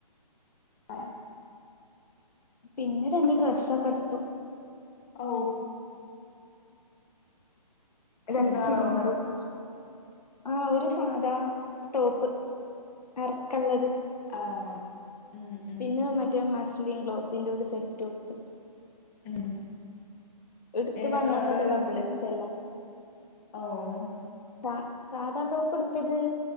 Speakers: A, on the left; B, on the left.
A: <inaudible>
B: പിന്നെ രണ്ട് ഡ്രസ്സൊക്കെഎടുത്തു.
A: ഔ ചുരിദാറോ
B: രണ്ട് ഷിമ്മറുട് ആ ഒരു സാധാ ടോപ്പ് എർക്കള്ളത്.
A: ആഹ് ഉം ഉം
B: പിന്നെ മറ്റേ മസ്ലിം ക്ലോത്തിന്റെ ഒരു സെറ്റുടുത്തു.
A: ഉം.
B: ടുത്ത്
A: ഏതാ
B: വന്നപ്പത്
A: കളറ്
B: ഡബിളെക്സെല്ലാ.
A: ആഊഹ്.
B: സാ സാധാ ടോപ്പ്ടുത്തത്.